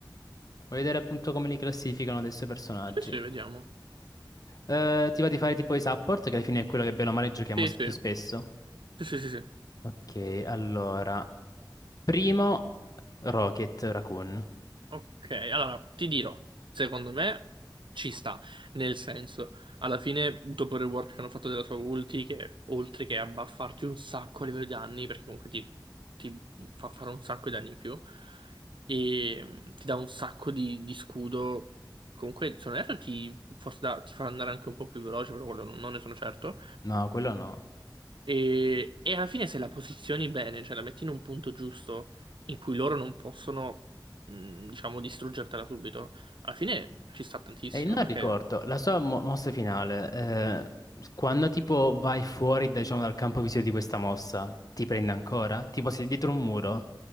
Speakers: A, on the left (about 50°); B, on the right (about 80°).
A: Voglio vedere appunto come li classificano adesso i personaggi.
B: Sì, sì, vediamo.
A: Eh, ti va di fare tipo i support, che alla fine è quello che bene o male giochiamo
B: Sì,
A: s- più
B: sì,
A: spesso.
B: sì, sì, sì. sì.
A: Ok, allora. Primo, Rocket Raccoon.
B: Ok, allora ti dirò, secondo me ci sta, nel senso, alla fine dopo il rework che hanno fatto della sua ulti, che oltre che a buffarti un sacco a livello di danni, perché comunque ti, ti fa fare un sacco di danni in più, e mm, ti dà un sacco di, di scudo, comunque se non erro ti, forse da- ti fa andare anche un po' più veloce, però quello non ne sono certo.
A: No, quello no.
B: E, e alla fine se la posizioni bene, cioè la metti in un punto giusto in cui loro non possono, mh, diciamo, distruggertela subito, alla fine ci sta tantissimo
A: E non
B: perché
A: ricordo, la sua mo- mossa finale, eh, quando tipo vai fuori, diciamo, dal campo visivo di questa mossa, ti prende ancora? Tipo sei dietro un muro,